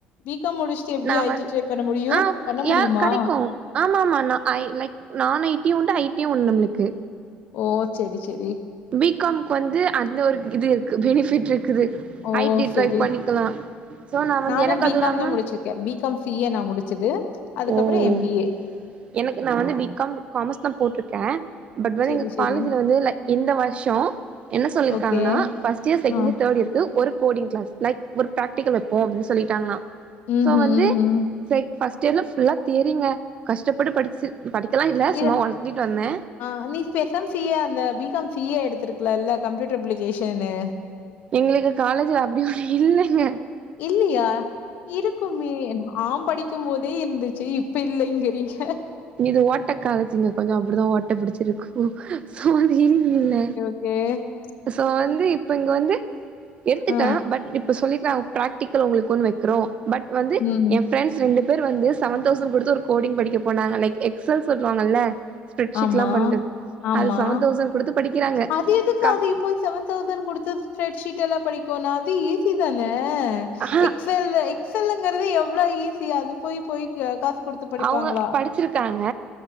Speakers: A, on the left; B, on the right.
A: பி காம் முடிச் சு எப்டி
B: நா
A: ஐ
B: வந்
A: டி ட்ரை பண்ண முடியு
B: ஆ
A: பண்ண முடியுமா
B: யா கெடைக்கு ஆமா ஆமா நா ஐனைக் நான்ஐ டியு உண்டு ஐ டியு உண்டு நம்மளுக்கு
A: ஓ சேரி சேரி
B: பி காம்க்கு வந்து அந்த ஒரு இது இருக்கு பெனிஃபிட் இருக்குது
A: ஓ
B: ஐ டி
A: செரி
B: ட்ரை பண்ணிக்கலா சோ நா வந்து
A: நானு
B: எனக்கு
A: பி
B: அதுவு
A: காம்
B: இல்லாம
A: தா முடிச்சிருக்கே பி. காம் சி ஏ நா முடிச்சது அதுக்கப்புறோ
B: ஓ
A: எம் பி ஏ
B: எனக்கு நா வந்து பி காம் காமர்ஸ் தா போட்டிருக்க பட் வந்
A: செரி
B: எங்க
A: செரி
B: காலேஜ்ல வந்து ல இந்த வருஷோ என்ன சொல்லிருக்காங்கன்னா
A: ஓகே
B: ஃபர்ஸ்ட் இயர் செகண்ட்
A: ஆ
B: இயர் தேர்ட்டு இயர்க்கு ஒரு கோடிங் கிளாஸ் லைக் ஒரு பிராக்டிகல் வப்போ அப்டினு சொல்லிட்டாங்கன்னா
A: ம்
B: சோ
A: ம்
B: வந்து
A: ம் ம்
B: சேக் ஃபர்ஸ்ட் இயர்ல ஃபுல்லா தியரிங்க கஷ்டப்பட்டு படிச்சு படிக்கலா இல்ல
A: இது
B: சும்மா ஒன்த்திட்டு வந்த
A: ஆ நீ ஸ்பெசாம சி ஏ அந்த பி காம் சி ஏ எடுத்திருக்கலால்ல கம்ப்யூட்டர் அப்ளிகேஷன்னு
B: எங்களுக்கு காலேஜ்ல அப்டி ஒன்னு இல்லங்க
A: இல்லையா இருக்குமே நா படிக் கும் போதே இருந்துச்சு இப்ப இல்லைங்கறீங்க
B: இங்க இது ஓட்ட காலேஜுங்க கொஞ்சோ அப்டிதா ஓட்ட புடிச்சிருக்கு சோ அது இல்ல இங்க
A: ஏ
B: சோ வந்து இப்ப இங்க வந்து எடுத்துட்டா
A: ஆ,
B: பட் இப்ப சொல்லிக்லா பிராக்டிக்கல் உங்களுக்கு ஒன் வைக்கிறோ பட் வந்து
A: ம்.
B: எ ப்ரெண்ட் ஸ் ரெண்டு பேர் வந்து செவன் தௌசண்ட் கொடுத்து ஒரு கோடிங் படிக்க போனாங்க லைக் எக்ஸ் எல் சொல்லுவாங்கல்ல பெட்ஷீட்லாம்
A: ஆமா,
B: பண்றது
A: ஆமா
B: அது செவன் தௌசண்ட் குடுத்து படிக்கிறாங்க
A: அது எதுக்கு
B: கம்
A: அதுய்போய் செவன் தவுசண்ட் குடுத்து ஃபரெட்ஷீட் எல்லா படிக்கோனு அது ஈஸி தான
B: ஆஹா
A: எக்செல்லு எக்செல்லு ங்குறது எவ்ளோ ஈஸி அது போய் போய் யா காசு குடுத்து படிப்பாங்களா
B: அவங்க படிச்சிருக்காங்க